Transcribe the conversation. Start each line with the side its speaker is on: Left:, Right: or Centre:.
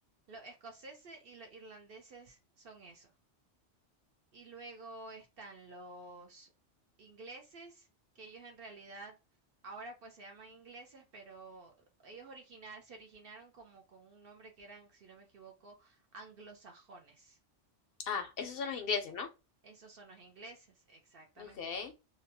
Right: Los escoceses y los irlandeses son eso. Y luego están los ingleses, que ellos en realidad ahora pues se llaman ingleses, pero ellos originar, se originaron como con un nombre que eran, si no me equivoco, anglosajones.
Left: Ah, esos son los ingleses, ¿no?
Right: Esos son los ingleses, exactamente.
Left: Okay.